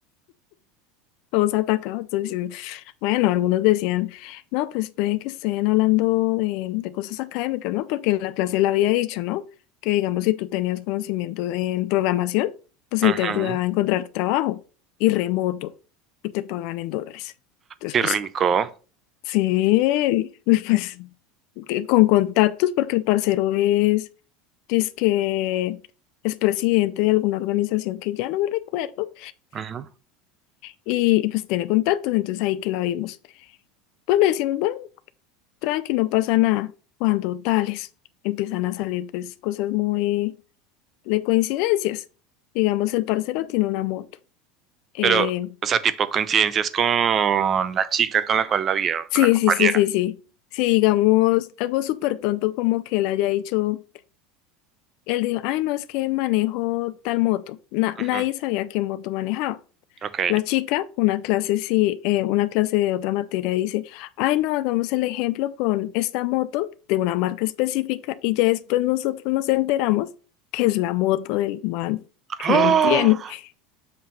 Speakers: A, on the left; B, on the right.
A: <laughs> todos atacados. Entonces, bueno, algunos decían, no, pues puede que estén hablando de, de cosas académicas, ¿no? Porque en la clase le había dicho, ¿no? Que digamos, si tú tenías conocimiento en programación, pues él
B: Ujú.
A: te ayudaba a encontrar trabajo y remoto y te pagan en dólares. Entonces,
B: Qué
A: pues,
B: rico.
A: sí, <laughs> pues. que- con contactos, porque el parcero es, que es presidente de alguna organización que ya no me recuerdo,
B: Ujú.
A: y, y pues tiene contactos, entonces ahí que la vimos. Pues le decimos, bueno, tranqui, no pasa nada. Cuando tales empiezan a salir pues cosas muy de coincidencias. Digamos, el parcero tiene una moto. Eh,
B: Pero, o sea, tipo coincidencias con la chica con la cual la vieron,
A: sí,
B: con la compañera.
A: sí, sí, sí, sí. Sí, digamos, algo súper tonto como que él haya dicho. Él dijo, ay, no, es que manejo tal moto. Na-
B: Ujú.
A: nadie sabía qué moto manejaba.
B: Ok.
A: La chica, una clase, sí, eh, una clase de otra materia, dice, ay, no, hagamos el ejemplo con esta moto de una marca específica y ya después nosotros nos enteramos que es la moto del man que
B: ¡Ah!
A: él tiene. <laughs>